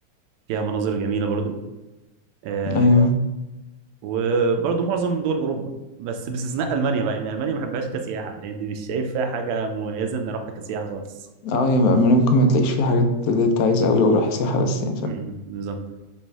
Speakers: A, on the right; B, on the left.
A: فيها مناظر جميلة برضو آه،
B: ايوه
A: وبرضه معظم دول اوروبا بس باستثناء المانيا بقى يعني المانيا ما بحبهاش كسياحه لان مش شايف فيها حاجه مميزه ان اروحها كسياحه خالص
B: اه يعني ممكن ما تلاقيش فيه حاجات اللي انت عايزها اوي لو رايح سياحة بس يعني فاهم
A: امم بالظبط